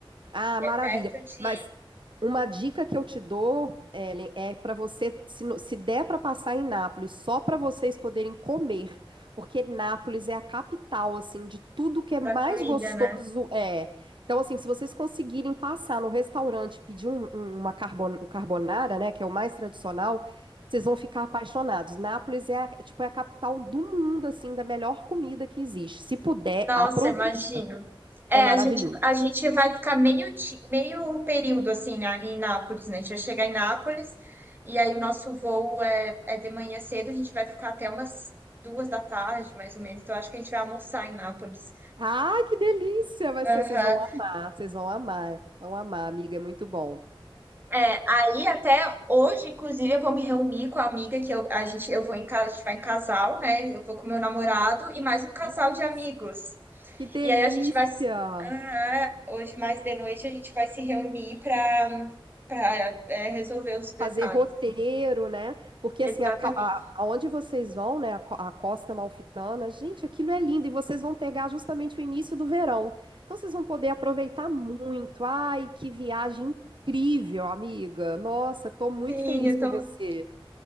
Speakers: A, on the right; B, on the right.
A: Ah,
B: que
A: maravilha.
B: é perto de,
A: Mas uma dica que eu te dou, Ellen, é para você, se, no- se der para passar em Nápoles, só para vocês poderem comer, porque Nápoles é a capital, assim, de tudo que é
B: da
A: mais
B: comida,
A: gostoso
B: né?
A: é. Então, assim, se vocês conseguirem passar no restaurante e pedir um- um- uma carbon- um carbonara, né, que é o mais tradicional, vocês vão ficar apaixonados. Nápoles é, a- tipo, é a capital do mundo, assim, da melhor comida que existe. Se puder,
B: Nossa,
A: aproveite.
B: imagino. É,
A: É
B: a
A: maravilhoso.
B: gente, a gente vai ficar meio, ti- meio período assim né em Nápoles, né? A gente vai chegar em Nápoles e aí o nosso voo é, é de manhã cedo, a gente vai ficar até umas duas da tarde, mais ou menos. Então acho que a gente vai almoçar em Nápoles.
A: Ai, que delícia! Vai
B: Aham.
A: ser, vocês vão amar, vocês vão amar, vão amar, amiga, é muito bom.
B: É, aí até hoje, inclusive, eu vou me reunir com a amiga que eu, a gente, eu vou em casa, a gente vai em casal, né? Eu vou com meu namorado e mais um casal
A: Nossa,
B: de amigos.
A: que delícia!
B: E aí a gente vai, s- ah, hoje mais de noite a gente vai se reunir para para resolver os detalhes.
A: Fazer roteiro, né? Porque
B: Exatamente.
A: assim, a, ca- a- aonde vocês vão, né? A, co- a Costa Malfitana, gente, aquilo é lindo e vocês vão pegar justamente o início do verão. Então vocês vão poder aproveitar muito. Ai, que viagem incrível, amiga! Nossa, tô muito
B: Sim,
A: feliz
B: eu
A: por
B: tô,
A: você.